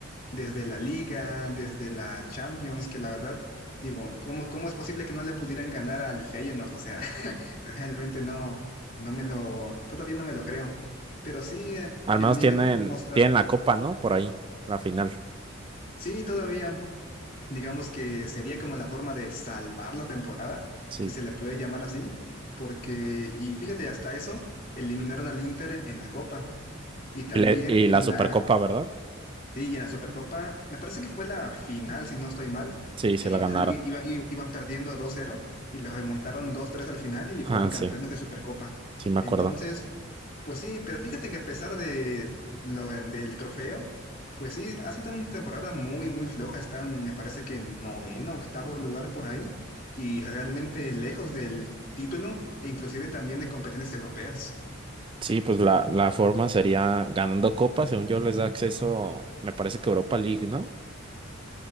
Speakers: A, on the left; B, on the right.
A: Desde la Liga, desde la Champions, que la verdad, digo, ¿cómo, cómo es posible que no le pudieran ganar al Feyenoord? O sea, <laughs> realmente no, no me lo, todavía no me lo creo. Pero sí, eh,
B: Al
A: el
B: menos
A: nivel
B: tienen,
A: mostrado,
B: tienen la copa, ¿no? Por ahí, la final.
A: sí, todavía, digamos que sería como la forma de salvar la temporada,
B: Sí.
A: que se le puede llamar así, porque, y fíjate, hasta eso, eliminaron al Inter en la Copa y también
B: Y, le- y
A: en
B: la Supercopa,
A: la,
B: ¿verdad?
A: sí, y en la Supercopa, me parece que fue la final, si no estoy mal,
B: Sí,
A: que
B: se la
A: igual
B: ganaron.
A: i- iba- i- iban perdiendo 2-0 y lo remontaron 2-3 al final y fueron
B: Ah,
A: campeones
B: sí,
A: de Supercopa.
B: sí me
A: Entonces,
B: acuerdo.
A: pues sí, pero fíjate que a pesar de lo, del trofeo, pues sí, ha sido una temporada muy, muy floja. Están, me parece que noveno, octavo lugar por ahí, y realmente lejos del título, e inclusive también de competencias europeas.
B: Sí, pues la, la forma sería ganando copa, según yo les da acceso, me parece que Europa League, ¿no?